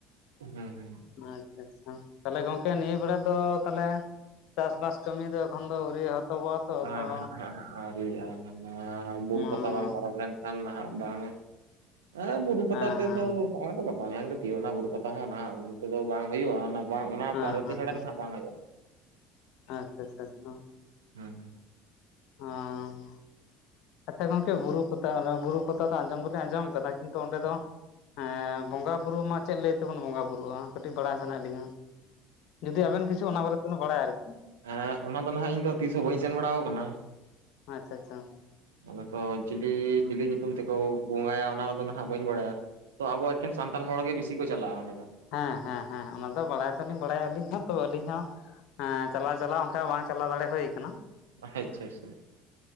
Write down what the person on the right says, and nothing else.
ᱦᱮᱸ ᱦᱮᱸ
ᱦᱚᱸ
ᱟᱣᱨᱤ ᱟᱜ-ᱟ ᱚᱱᱟ ᱵᱩᱨᱩ
ᱯᱟᱛᱟ ᱵᱟᱝ ᱯᱟᱨᱚᱢ ᱞᱮᱱ ᱠᱷᱟᱱ ᱠᱷᱟᱱ ᱱᱟᱦᱟᱜ ᱵᱟᱝ ᱦᱮᱸ ᱵᱩᱨᱩ ᱯᱟᱛᱟ
ᱛᱮ ᱫᱚ ᱦᱚᱸᱜ-ᱚᱭ ᱛᱚ ᱜᱟᱯᱟ ᱢᱮᱭᱟᱝ ᱜᱮ ᱛᱤᱭᱳᱜ ᱮᱱᱟ ᱵᱩᱨᱩ ᱯᱟᱛᱟ ᱦᱚᱸ ᱱᱟᱦᱟᱜ ᱩᱱ ᱛᱮᱫᱚ ᱵᱟᱝ ᱦᱩᱭᱩᱜᱼᱟ ᱚᱱᱟ ᱵᱟᱝ ᱚᱱᱟ
ᱯᱚᱨᱮ
ᱛᱮ ᱪᱷᱟᱲᱟ
ᱱᱟᱦᱟᱜ ᱵᱟᱝ ᱦᱩᱭᱩᱜᱼᱟ
ᱦᱩᱸ ᱦᱩᱸ
ᱮᱜ ᱚᱱᱟ ᱫᱚ ᱱᱟᱦᱟᱜ ᱤᱧ ᱫᱚ ᱛᱤᱥ ᱦᱚᱸ ᱵᱟᱹᱧ ᱥᱮᱱ ᱵᱟᱲᱟ ᱟᱠᱟᱱᱟ
ᱚᱱᱮ ᱛᱚ ᱪᱤᱞᱤ ᱪᱤᱞᱤ ᱧᱩᱛᱩᱢ ᱛᱮᱠᱚ ᱵᱚᱸᱜᱟᱭᱟ ᱚᱱᱟ ᱠᱚᱫᱚ ᱦᱟᱸᱜ ᱵᱟᱹᱧ ᱵᱟᱲᱟᱭᱟ ᱛᱚ ᱟᱵᱚ ᱮᱠᱷᱮᱱ ᱥᱟᱱᱛᱟᱲ ᱦᱚᱲ ᱜᱮ ᱵᱤᱥᱤ ᱠᱚ ᱪᱟᱞᱟᱜ-ᱟ ᱚᱱᱟ ᱫᱚ
ᱟᱪᱪᱷᱟ ᱟᱪᱪᱷᱟ